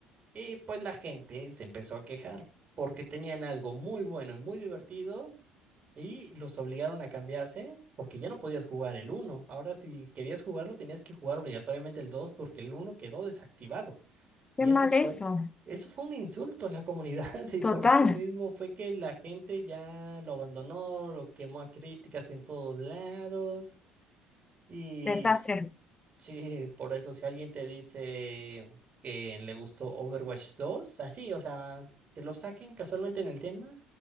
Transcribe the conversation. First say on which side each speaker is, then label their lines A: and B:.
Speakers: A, on the right; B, on the left.
A: y pues la gente se empezó a quejar porque tenían algo muy bueno y muy divertido y los obligaron a cambiarse porque ya no podías jugar el uno Ahora, si querías jugarlo, tenías que jugar obligatoriamente el dos porque el uno quedó desactivado. Y
B: Qué
A: eso
B: mal
A: fue,
B: eso.
A: eso fue un insulto a la comunidad <laughs> y
B: Total.
A: por eso mismo fue que la gente ya lo abandonó, lo quemó a críticas en todos lados. Y
B: Desastre.
A: Sí, por eso si alguien te dice que le gustó Overwatch dos, así, o sea, que lo saquen casualmente en el tema,